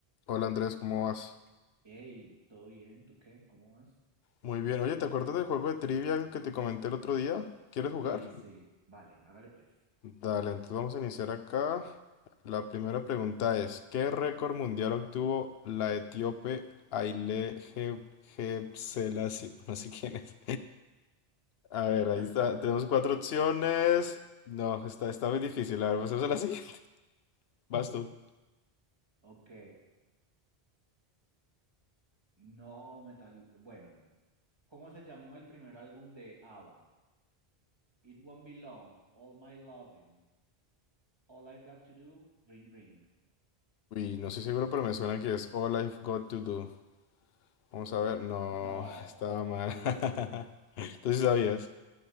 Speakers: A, on the left; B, on the right.
A: Hola Andrés, ¿cómo vas?
B: Hey, ¿todo bien? ¿Tú qué? ¿Cómo vas?
A: Muy bien, oye, ¿te acuerdas del juego de trivia que te comenté el otro día? ¿Quieres jugar?
B: Sí, sí, vale, hágale pues.
A: Dale, entonces vamos a iniciar acá. La primera pregunta es, ¿qué récord mundial obtuvo la etíope Haile Ge- Gebrselassie? <laughs> No sé quién es. A
B: <laughs>
A: ver, ahí está. Tenemos cuatro opciones. No, está, está muy difícil. A ver, vamos a hacer la siguiente. Vas tú.
B: Ok, no me sal... Bueno, ¿cómo se llamó el primer álbum de ABBA? It Won't Be Long, All My Loving, All I've Got to Do, Ring Ring.
A: Uy, no estoy seguro, pero me suena que es All I've Got to Do. Vamos a ver. No,
B: No,
A: estaba
B: Ring
A: mal.
B: Ring,
A: <laughs> Entonces sabías.